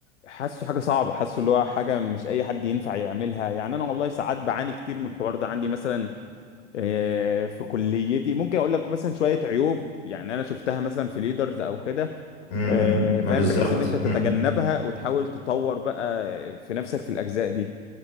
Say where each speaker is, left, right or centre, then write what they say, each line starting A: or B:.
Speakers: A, on the left (about 75°); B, on the left (about 60°).
A: حاسه حاجة صعبة حاسه اللي هو حاجة مش اي حد ينفع يعملها يعني انا والله ساعات بعاني كتير من الحوار ده عندي مثلا آه، في كليتي ممكن اقول لك مثلا شويه عيوب يعني انا شفتها مثلا في ليدرز او كده
B: امم
A: آه،
B: ما
A: فاهم
B: بالظبط
A: بحيث ان انت تتجنبها وتحاول تطور بقى في نفسك في الاجزاء دي